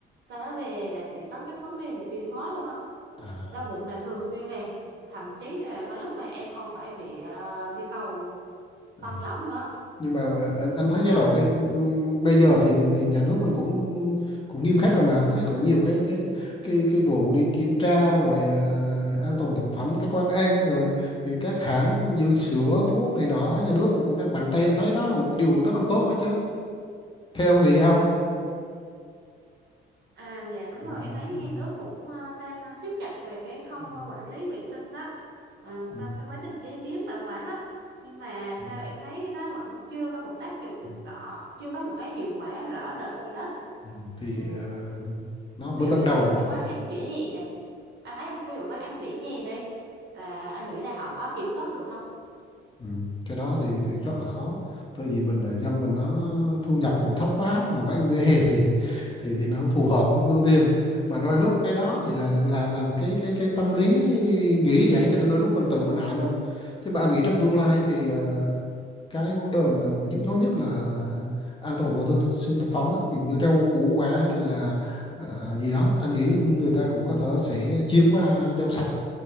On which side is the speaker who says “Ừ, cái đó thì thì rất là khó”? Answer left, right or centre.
Left